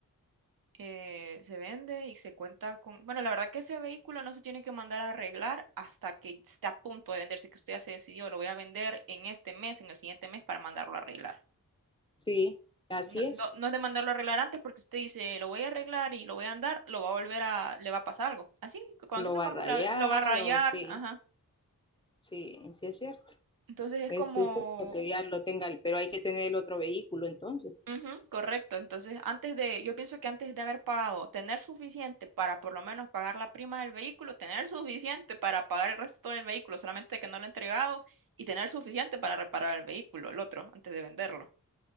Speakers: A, on the right (about 80°); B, on the left (about 15°).
A: eh, se vende y se cuenta con, bueno, la verdad que ese vehículo no se tiene que mandar a arreglar hasta que esté a punto de venderse, que usted ya se decidió, lo voy a vender en este mes, en el siguiente mes para mandarlo a arreglar.
B: Sí, así
A: No,
B: es.
A: no, no es de mandarlo a arreglar antes porque usted dice, lo voy a arreglar y lo voy a andar, lo va a volver a, le va a pasar algo. Así, conociendo
B: lo va
A: cómo
B: a rayar
A: es la- lo va a rayar,
B: o sí,
A: ajá.
B: sí, sí es cierto.
A: Entonces es
B: Es
A: como
B: justo que ya lo tenga, el- pero hay que tener el otro vehículo entonces.
A: Ujú, correcto. Entonces, antes de, yo pienso que antes de haber pagado, tener suficiente para por lo menos pagar la prima del vehículo, tener <laughs> suficiente para pagar el resto del vehículo, solamente que no lo he entregado, y tener suficiente para reparar el vehículo, el otro, antes de venderlo.